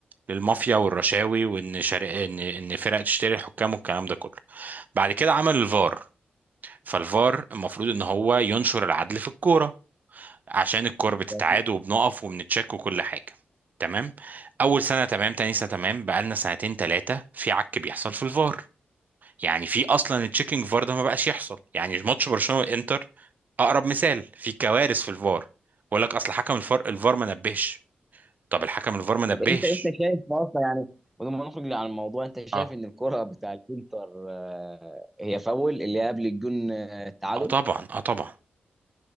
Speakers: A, on the right; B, in the centre.
A: للمافيا والرشاوي وان شر... ان ان فرق تشتري الحكام والكلام ده كله بعد كده عمل الفار فالفار المفروض ان هو ينشر العدل في الكوره عشان الكور بتتعاد
B: ده أكيد.
A: وبنقف وبنتشك وكل حاجه تمام اول سنه تمام تاني سنه تمام بقالنا سنتين ثلاثه في عك بيحصل في الفار يعني في اصلا التشيكينج فار ده ما بقاش يحصل يعني ماتش برشلونه والانتر اقرب مثال في كوارث في الفار بقول لك اصل حكم الفار الفار ما نبهش طب الحكم الفار ما نبهش
B: طب انت انت شايف اصلا يعني بدون ما نخرج عن الموضوع انت شايف
A: اه
B: ان الكرة بتاع الانتر آه، هي فاول اللي هي قبل الجون آه، التعادل
A: اه طبعا اه طبعا